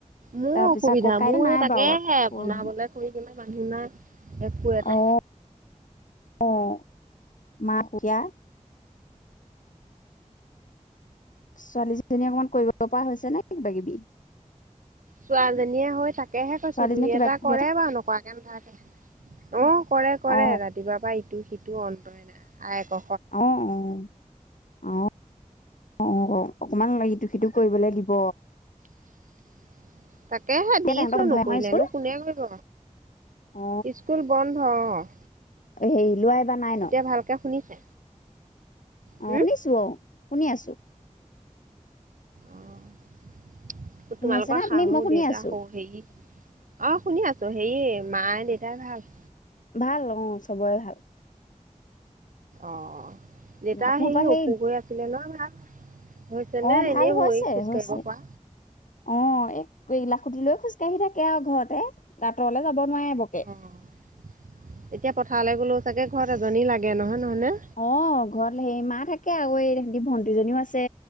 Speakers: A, on the right; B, on the left.
A: মোৰো
B: তাৰপিছত
A: অসুবিধা
B: আকৌ কাইলৈ
A: মোৰ
B: নাই
A: এই তাকেহে
B: বাৰু পৰহি
A: বনাবলে। - কৰিবলে মানুহ নাই। একো এটা
B: অ', অ', মা সেয়া। ছোৱালীজনীয়ে অকমান কৰিব পৰা হৈছে নে কিবা-কিবি।
A: ছোৱালজনীয়ে হৈ তাকেহে কৈছোঁ,
B: ছোৱালীজনী
A: দুই
B: কিবা
A: এটা
B: কিবি
A: কৰে বাৰু নকৰাকে নাথাকে। অ', কৰে কৰে,
B: অ
A: ৰাতিপুৱাৰ পৰা ইটো সিটো অন্তই নাই আইক
B: অ', অ'। অ', অ' অকমান ইটো-সিটো কৰিব‌ দিব।
A: <inaudible> তাকেহে
B: এতিয়া
A: দিছো,
B: তেহেতৰ বন্ধই
A: নকৰিলেনো
B: নহয় স্কুল
A: কোনে কৰিব,
B: অ
A: স্কুল বন্ধ অ'।
B: হেৰি লোৱা এইবাৰ নাইনত
A: এতিয়া ভালকে শুনিছে? হুম,
B: অ' শুনিছো অ' শুনি আছো।
A: অ'
B: শুনি
A: তোমালোকৰ
B: আছে নে
A: শাহু
B: আপুনি মই শুনি
A: দেউতা
B: আছো
A: শ হেৰি অ' শুনি আছো হেৰি মায়ে দেউতাই ভাল?
B: ভাল অ' চবৰে ভাল।
A: অ', অ' দেউতা
B: আপোনালোকৰ
A: হেৰি
B: সেই
A: অসুখ হৈ আছিলে নহয় ভাল হৈছেনে? হৈছে নে
B: অ
A: এনেই
B: ভাল হৈছে
A: <unintelligible> খোজ
B: হৈছে
A: কঢ়িব প
B: অ' এই এইলাখুটি লৈ খোজকাাঢ়ি থাকে আৰু ঘৰতে আতৰলে যাব নোৱাৰে বৰকে।
A: অ' এতিয়া পথাৰলৈ গ'লোও চাগে ঘৰত এজনী লাগে নহয়, নহয় নে?
B: অ' ঘৰত হেই মা থাকে আৰু এই তহঁতি ভণ্টিজনীও আছে।